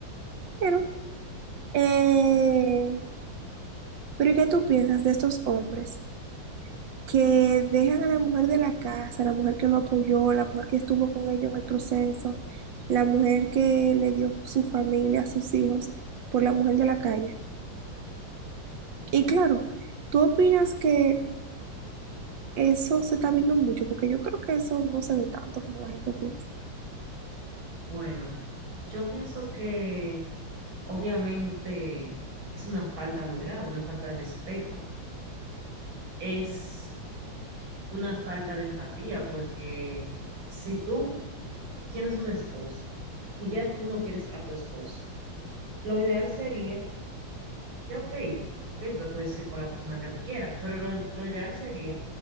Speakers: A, on the right; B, on the right.
A: Pero, eh, pero ¿y qué tú piensas de estos hombres? que dejan a la mujer de la casa, la mujer que lo apoyó, la mujer que estuvo con ellos en el proceso, la mujer que le dio su familia, sus hijos, por la mujer de la calle. Y claro, ¿tú opinas que eso se está viendo mucho? Porque yo creo que eso no se ve tanto como la gente piensa.
B: bueno, yo pienso que obviamente es una falta muy grave, una falta de respeto, es una falta de empatía, porque si tú tienes una esposa y ya tú no quieres a tu esposa, lo ideal sería que, ok, ok, tú te puedes ir con la persona que tú quieras, pero lo, lo ideal sería